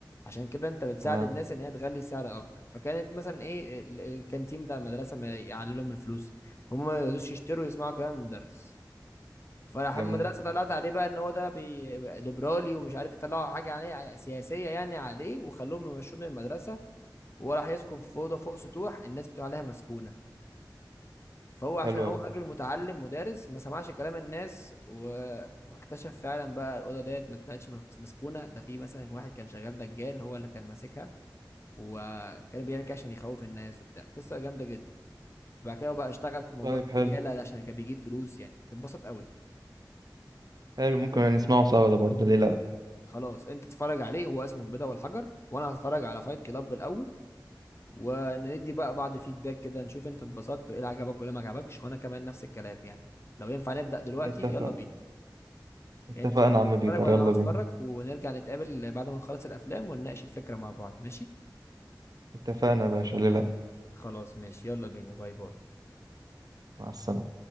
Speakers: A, on the left; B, on the right.
A: عشان كده انت بتساعد
B: تمام
A: الناس ان هي تغلي السعر اكتر فكانت مثلا ايه ال- الكانتين بتاع المدرسه ما يعلي لهم الفلوس فهم ما يقدروش يشتروا يسمعوا كلام المدرس فراح
B: جميل
A: المدرسه طلعت عليه بقى ان هو ده بي... ليبرالي ومش عارف يطلعوا حاجه عليه سياسيه يعني عليه وخلوهم يمشوه من المدرسه وراح يسكن في اوضه فوق سطوح الناس بتقول عليها مسكونه فهو عشان
B: حلو
A: هو
B: قوي
A: راجل متعلم مدرس ما سمعش كلام الناس و- واكتشف فعلا بقى الاوضه ديت ما طلعتش مس- مسكونه ده في مثلا واحد كان شغال دجال هو اللي كان ماسكها وكان بيعمل كده عشان يخوف الناس وبتاع قصه جامده جدا بعد كده هو بقى اشتغل في موضوع
B: طيب حلو
A: الدجاله ده عشان كان بيجيب فلوس يعني هتتبسط قوي
B: حلو ممكن نسمعه سوا ده برضه ليه لا
A: خلاص انت تتفرج عليه هو اسمه البيضه والحجر وانا هتفرج على فايت كلاب الاول وندي بقى بعض فيدباك كده نشوف انت اتبسطت وايه اللي عجبك وايه اللي ما عجبكش وانا كمان نفس الكلام يعني لو ينفع نبدأ دلوقتي
B: اتفق
A: يلا بينا
B: اتفقنا
A: يعني انت تبقى
B: يا عم
A: تتفرج
B: بيتر
A: وانا
B: يلا
A: اروح اتفرج
B: بينا
A: ونرجع نتقابل بعد ما نخلص الافلام ونناقش الفكرة مع بعض ماشي
B: اتفقنا يا باشا ليه لا
A: خلاص ماشي يلا بينا باي باي
B: مع السلامه